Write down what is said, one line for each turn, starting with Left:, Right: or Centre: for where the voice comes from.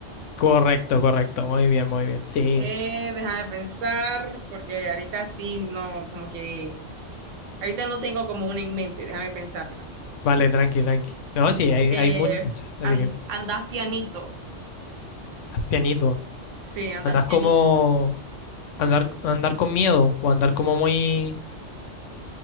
Left: Correcto, correcto. Muy bien, muy bien. Sí.
Right: Eh, deja de pensar, porque ahorita sí, no, como que, ahorita no tengo como una en mente, déjame pensarla.
Left: Vale, tranqui, tranqui. No, sí, hay, hay
Right: Eh,
Left: mucho. Así
Right: an-
Left: que,
Right: andás pianito.
Left: pianito.
Right: Sí, andás
Left: Andas
Right: pianito.
Left: como andar, andar con miedo o andar como muy